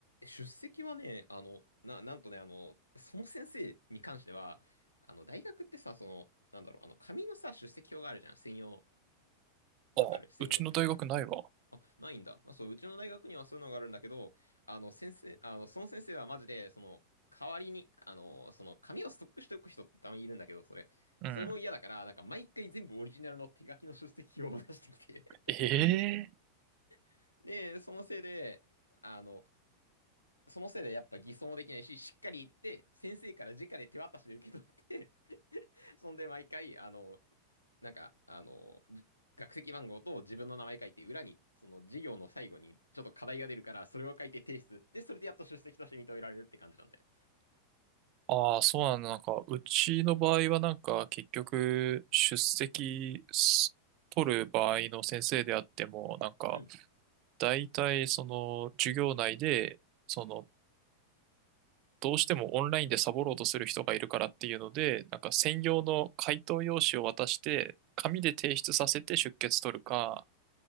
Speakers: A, on the left; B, on the right.
A: 出席はね、あの、な、なんとね、あの、その先生に関しては、あの、大学ってさ、その、なんだろう、あの、紙のさ、出席表があるじゃん、専用の。わかる専用ってなんかこう。
B: あ、うちの大学ないわ。
A: あ、ないんだ。あ、そう、うちの大学にはそういうのがあるんだけど、あの、先生、あの、その先生はマジで、その、代わりに、あの、その、紙をストックしておく人ってたまにいるんだけど、それ。
B: うん。
A: それも嫌だから、なんか毎回全部オリジナルの手書きの出席表を出してきて。
B: ええ
A: <laughs> で、そのせいで、あの、そのせいでやっぱ偽装もできないし、しっかり言って、先生から直で手渡しで受け取って、そんで毎回、あの、なんか、あの、じ学籍番号と自分の名前書いて、裏に、その授業の最後にちょっと課題が出るから、それを書いて提出。で、それでやっと出席として認められるって感じなんだよ。
B: ああー、そうなんだ。なんか、うちの場合はなんか、結局、出席す取る場合の先生であっても、なんか、
A: うん。
B: 大体、その、授業内で、その、どうしてもオンラインでサボろうとする人がいるからっていうので、なんか、専用の回答用紙を渡して、紙で提出させて出欠取るか、